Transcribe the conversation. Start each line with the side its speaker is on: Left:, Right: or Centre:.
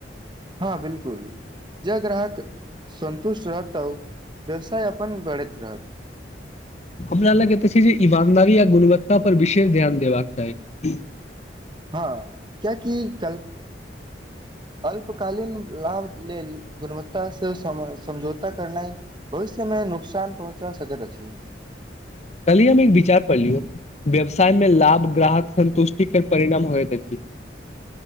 Right: हँ बिलकुल ज ग्राहक सन्तुष्ट रहत तब व्यवसाय अपन बढ़ैत रहत
Left: हमरा लगै तऽ छै जे ईमानदारी आ गुणवत्ता परर विशेष ध्यान देबाक चाही।
Right: हँ क्याकि कल अल्पकालीन लाभ लेल गुणवत्तास से समझौता करनाइ भविष्यमे नुकसान पहुँचा सकैत अछि।
Left: कली हम एक विचार पढ़ लियौ व्यवसायमे लाभ ग्राहक संन्तुष्टिके परिणाम होइत अछि।